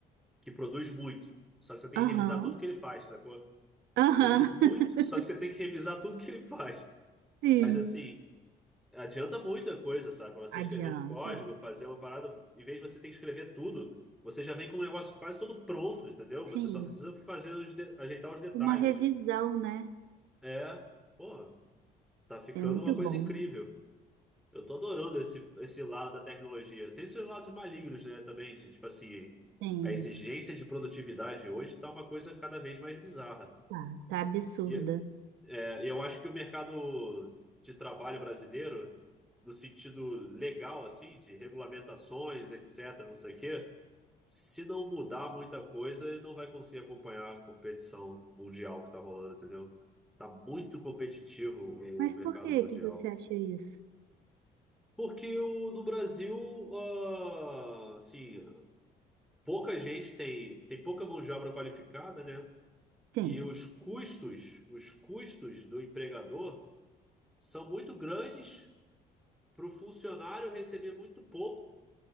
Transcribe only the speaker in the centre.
que produz muito. Só que você tem
que revisar tudo que ele faz, sacou?
Produz muito,
só que você tem que revisar tudo que ele faz.
Mas assim, adianta muita coisa, sabe? Pra Você
escrever um código, fazer uma parada, em vez de você ter que escrever tudo, você já vem com o negócio quase todo pronto, entendeu? Você
só precisa fazer os de- ajeitar os detalhes.
É, pô, tá ficando
uma coisa
incrível. Eu tô adorando esse, esse lado da tecnologia. Tem seus lados malignos, né, também, de tipo assim,
a exigência de produtividade hoje tá uma coisa cada vez mais bizarra.
E é, eu acho que o mercado de trabalho brasileiro, no sentido legal, assim, de regulamentações, etc., não sei o quê, se não mudar muita coisa, ele não vai conseguir acompanhar a competição mundial que tá rolando, entendeu? Tá muito competitivo o
mercado
mundial.
Porque o, no Brasil, ah, assim, pouca gente tem, tem pouca mão de obra qualificada, né?
E os custos, os custos do empregador são muito grandes para o funcionário receber muito pouco.